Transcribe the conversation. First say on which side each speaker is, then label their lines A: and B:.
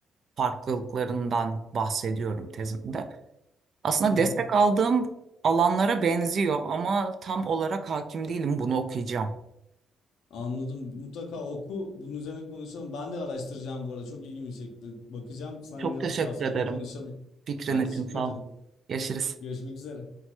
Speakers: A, on the right; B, on the left.
A: farklılıklarından bahsediyorum tezimde. Aslında
B: <laughs>
A: destek aldığım alanlara benziyor ama tam olarak hakim değilim. Bunu okuyacağım.
B: Anladım. Mutlaka oku. Bunun üzerine konuşalım. Ben de araştıracağım bu arada. Çok ilgimi çekti. Bakacağım. Seninle
A: Çok teşekkür
B: daha sonra
A: ederim.
B: yine konuşalım.
A: Fikrin
B: Ben
A: için
B: teşekkür
A: sağ
B: ederim.
A: ol. Görüşürüz.
B: Görüşmek üzere.